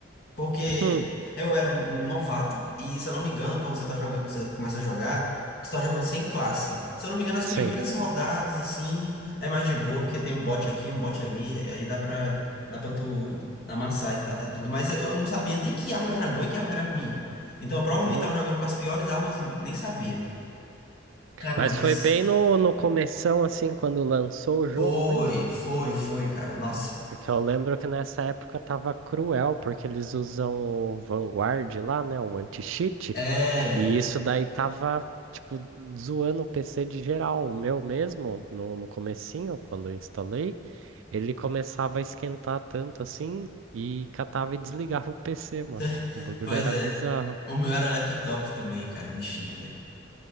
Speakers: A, on the left; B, on the right.
A: Porque
B: Hum,
A: eu era um, um novato, e se eu não me engano, quando você tá jogando, você começa a jogar, tu tá jogando sem classe. Se eu não me engano, as
B: Sim.
A: primeiras rodadas, assim, é mais de boa, porque tem um bot aqui, um bot ali, e aí dá pra, dá pra tu amassar e, tá, e tudo. Mas eu, eu não sabia nem que arma era boa e que arma era ruim. Então eu provavelmente
B: Aham.
A: tava jogando com as piores armas e nem sabia. Cara,
B: Mas
A: mas
B: foi bem no, no começão, assim, quando lançou o jogo
A: foi,
B: mesmo?
A: foi, foi, cara. Nossa.
B: Porque eu lembro que nessa época tava cruel, porque eles usam o Vanguard lá, né? O anti-cheat.
A: É.
B: E isso daí tava, tipo, zoando o PC de geral. O meu mesmo, no, no comecinho, quando eu instalei, ele começava a esquentar tanto assim e catava e desligava o PC, mano.
A: <laughs>
B: <laughs> O bagulho
A: Pois
B: era
A: é.
B: bizarro.
A: O meu era laptop também, cara, bichinho, velho.